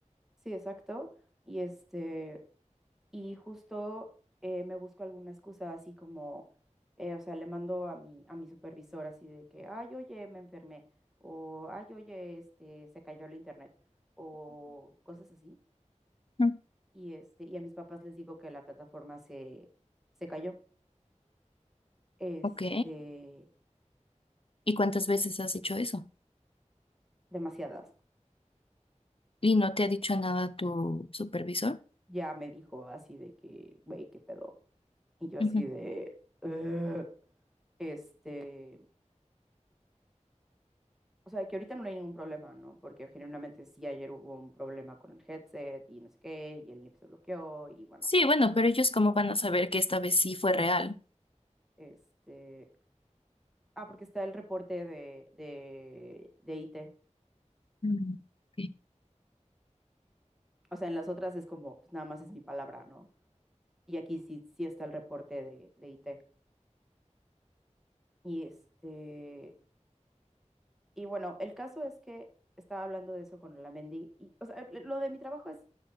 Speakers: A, in the centre; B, on the left.
A: Sí, exacto. Y este, y justo eh, me busco alguna excusa así como, eh, o sea, le mando a mi, a mi supervisor así de que, ay, oye, me enfermé, o ay, oye, este, se cayó el internet, o cosas así.
B: Ujú.
A: y este, y a mis papás les digo que la plataforma se, se cayó. Este,
B: ok. ¿Y cuántas veces has hecho eso?
A: demasiadas.
B: ¿Y no te ha dicho nada tu supervisor?
A: Ya me dijo así de que, güey, qué pedo. Y yo así
B: Ujú.
A: de, "Ugh". este, o sea, que ahorita no hay ningún problema, ¿no? Porque generalmente sí, ayer hubo un problema con el headset y no sé qué, y el NIP se bloqueó y bueno,
B: Sí, bueno, pero ellos cómo van a saber
A: cosas.
B: que esta vez sí fue real.
A: Este, ah, porque está el reporte de, de, de IT.
B: Mm, ok.
A: O sea, en las otras es como, pues nada más es mi palabra, ¿no? Y aquí sí, sí está el reporte de, de IT. Y este, y bueno, el caso es que estaba hablando de eso con Olamendi Y, o sea, lo de mi trabajo es